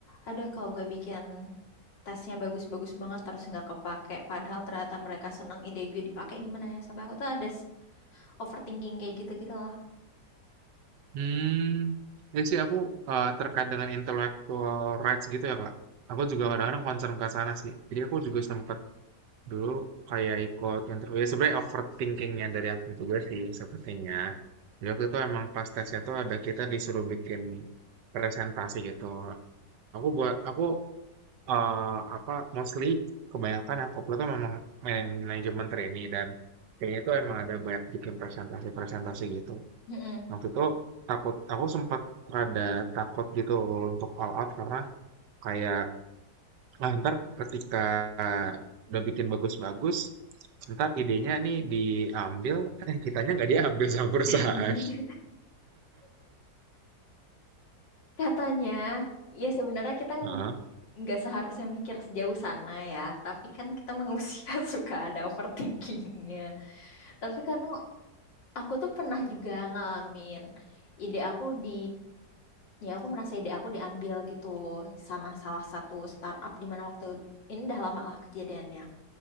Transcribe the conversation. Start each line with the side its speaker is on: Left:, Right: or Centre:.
Left: ada kalau gue bikin tesnya bagus-bagus banget terus nggak kepake padahal ternyata mereka senang ide gue dipakai gimana ya sampai aku tuh ada overthinking kayak gitu gitu loh
Right: Hmm, ya sih aku eh, terkait dengan intellectual rights gitu ya Kak. Aku juga kadang-kadang concern ke sana sih. Jadi aku juga sempat dulu kayak ikut interview ya sebenarnya overthinkingnya dari aku juga sih sepertinya jadi waktu itu emang pas tesnya tuh ada kita disuruh bikin presentasi gitu aku buat aku eh, apa mostly kebanyakan aku upload tuh memang manajemen trainee dan kayaknya itu emang ada banyak bikin presentasi-presentasi gitu
Left: Mm-mm.
Right: waktu itu takut aku sempat ada takut gitu untuk all out karena kayak Nah, ntar ketika udah bikin bagus-bagus, ntar idenya nih diambil, eh kitanya nggak diambil sama perusahaan.
Left: <laughs> katanya ya sebenarnya kita ng-
Right: Heeh.
Left: nggak seharusnya mikir sejauh sana ya tapi kan kita manusia <laughs> suka ada overthinkingnya tapi karena aku tuh pernah juga ngalamin ide aku di ya aku merasa ide aku diambil gitu sama salah satu startup di mana waktu ini udah lama lah kejadiannya